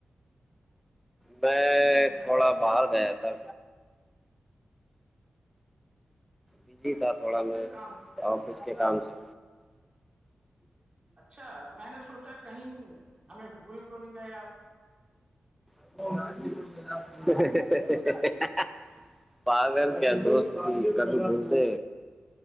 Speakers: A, in the centre; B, on the right.
A: میں تھوڑا باہر گیا تھا بزی تھا تھوڑا میں
B: کس کام
A: آفس کے کام سے
B: اچھا میں نے سوچا کہیں ہمیں بھگول تو نہیں گئے آپ
A: <unintelligible> پاگل کیا دوست کی کبھی بولتے